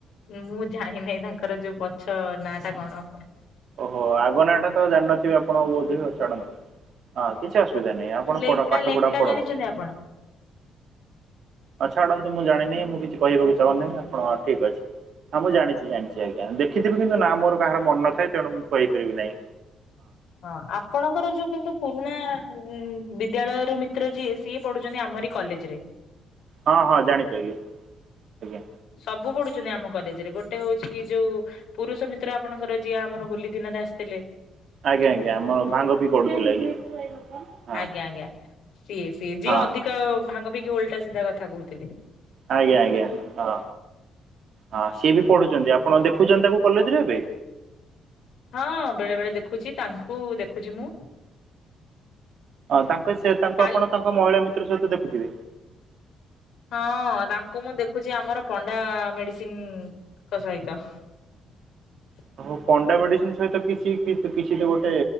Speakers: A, on the left (about 75°); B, on the right (about 65°).
A: ମୁଁ ଜାଣିିନହିଁ ତାଙ୍କର ଯୋଉ ପଛ ନା ଟା କଣ?
B: ଓହୋ! ଆଗ ନାଆଟା ତ ଜାଣିନଥିବେ ଆପଣ ବୋଧହୁଏ? ଛାଡ଼ନ୍ତୁ। ହଁ କିଛି ଅସୁବିଧା ନାହିଁ। ଆପଣ
A: ଲେଙ୍କା
B: ପାଠପଢା
A: ଲେଙ୍କା
B: ପଢନ୍ତୁ।
A: ଜାଣିଛନ୍ତି ଆପଣ?
B: ହଁ ଛାଡନ୍ତୁ। ମୁଁ ଜାଣିନି ମୁଁ କିଛି କହିବାକୁ ଚାହୁଁନାହିଁ? ଆପଣ ଠିକ୍ ଅଛି। ହଁ, ମୁଁ ଜାଣିଛି ଜାଣିଛି। ୟା ଆଜ୍ଞା ଦେଖିଥିବି! କିନ୍ତୁ ନାଁ ମୋର କାହାର ମନ ନ ଥାଏ। ତେଣୁ ମୁଁ କହିପାରିବି ନାହିଁ?
A: ହଁ, ଆପଣଙ୍କର ଯୋଉ କିନ୍ତୁ ପୁରୁଣା ଉଁ ଉଁ ବିଦ୍ୟାଳୟର ମିତ୍ର ଯିଏ, ସିଏ ପଢୁଛନ୍ତି ଆମରି କଲେଜ ରେ।
B: ହଁ ହଁ ଜାଣିପାରିଲି ଆଜ୍ଞା
A: ସବୁ ପଢୁ ଚନ୍ତି ଆମ କଲେଜରେ। ଗୋଟେ ହଉଛି ଯୋଉ ପୁରୁଷ ମିତ୍ର ଆପଣଙ୍କର ଯିଏ ଆମର ହୋଲି ଦିନରେ ଆସିଥିଲେ।
B: ଆଜ୍ଞା ଆଜ୍ଞା, ଆମର ଭାଙ୍ଗ ପି ଗଡୁଥିଲେ। ଆଜ୍ଞା! ହଁ
A: ଆଜ୍ଞା ଆଜ୍ଞା ସିଏ ସିଏ,
B: ହଁ
A: ଯିଏ ଅଧିକ ଭାଙ୍ଗ ପିକି ଓଲଟା ସିଧା କଥା କହୁଥିଲେ।
B: ଆଜ୍ଞା ଆଜ୍ଞା ହଁ। ହଁ ସିଏ ବି ପଢୁଛନ୍ତି। ଆପଣ ଦେଖୁଛନ୍ତି ତାକୁ କଲେଜରେ ଏବେ?
A: ହଁ ବେଳେ ବେଳେ ଦେଖୁଛି। ତାଙ୍କୁ ଦେଖୁଛି ମୁଁ।
B: ହଁ, ତାଙ୍କ ସେ ତାଙ୍କୁ
A: କାଲି
B: ଆପଣ ତାଙ୍କ ମହିଳା ମିତ୍ର ସହିତ ଦେଖୁଥିବେ?
A: ହଁ ଅଁ! ତାଙ୍କୁ ମୁଁ ଦେଖୁଛି ଆମର ପଣ୍ଡା ମେଡିସିନ୍ ଙ୍କ ସହିତ। ହ
B: ଓହୋ ପଣ୍ଡା ମେଡିସିନ ସହିତ କିଛି କି କିଛି ତ ଗୋଟେ